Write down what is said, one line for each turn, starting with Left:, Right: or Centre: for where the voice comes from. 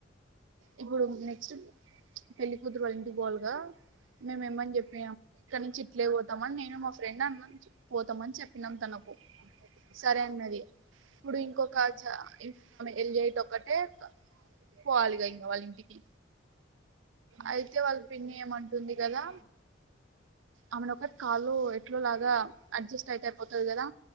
Right: ఇప్పుడు నెక్స్ట్ పెళ్లి కూతురు వాళ్ళ ఇంటి కి పోవాలిగా మేము
Left: ఉమ్,
Right: ఏమని చెప్పినాం ఇక్కడ నుంచి ఇట్లే పోతామని నేను మా ఫ్రెండ్ అన్న పోతామని చెప్పినాం తనకు సరే
Left: ఆ,
Right: అందిమరి ఇప్పుడు ఇంకొక
Left: ఉమ్,
Right: చాన్ ఇప్ప్ ఆమె ఎల్ ఎయిట్ ఒక్కటే పోవాలిగా ఇంకా వాళ్ళ ఇంటికి అయితే వాళ్ళు పిన్ని ఏమంట్ ఉంటుంది కదా
Left: ఆ,
Right: అమెన ఒకటి కాలు ఎట్లో లాగా అడ్జస్ట్ అయితే పోతంది కదా